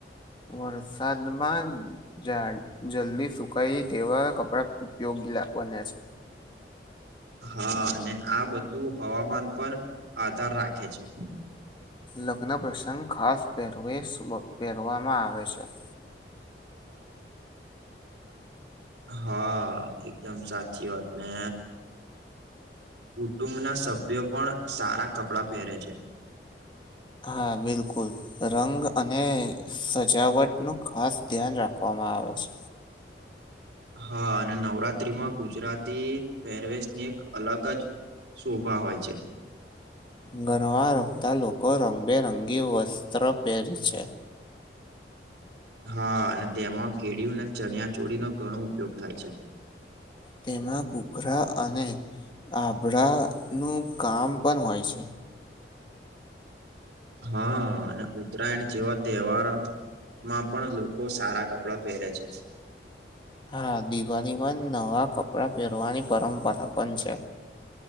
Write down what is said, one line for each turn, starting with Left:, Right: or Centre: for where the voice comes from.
Left: વરસાદમાં જા જલ્દી સુખ કાઈ તેવા કપડા ઉપયોગી લા બન્યા છે.
Right: હા અને આ બધું હવામાન પર આધાર રાખે છે.
Left: લગ્ન પ્રસંગ ખાસ પહેરવેશ વ પહેરવામાં આવે છે.
Right: હા એકદમ સાચી વાત ને કુટુંબના સભ્યો પણ સારા કપડાં પહેરે છે.
Left: હા બિલકુલ. રંગ અને સજાવટનું ખાસ ધ્યાન રાખવામાં આવે છે.
Right: હા અને નવરાત્રીમાં ગુજરાતી પહેરવેશની એક અલગ જ શોભા હોય છે.
Left: ગરબા રમતા લોકો રંગબેરંગી વસ્ત્ર પહેરી છે.
Right: હા અને તેમાં કેડીયુ અને ચનિયા ચોળીનો ઘણો ઉપયોગ થાય છે.
Left: તેમાં ઘૂઘરા અને આભળાનું કામ પન હોય છે.
Right: હા અને ઉત્તરાયણ જેવા તહેવારો માં પણ લોકો સારા કપડા પહેરે છે.
Left: હા દિવાલીમાં નવાં કપડાં પહેરવાની પરંપરા પન છે.